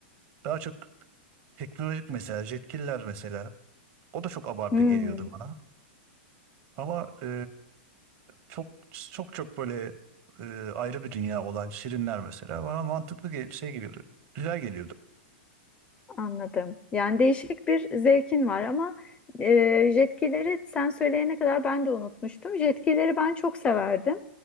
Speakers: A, on the right; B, on the left.
A: daha çok teknolojik mesela jetkiller mesela o da çok abartı
B: hmm,
A: geliyordu bana. Ama e, çok çok çok böyle e, ayrı bir dünya olan Şirinler mesela bana mantıklı gel- şey geliyordu. Güzel geliyordu.
B: Anladım. Yani değişik bir zevkin var ama e, jetkileri sen söyleyene kadar ben de unutmuştum. Jetkileri ben çok severdim.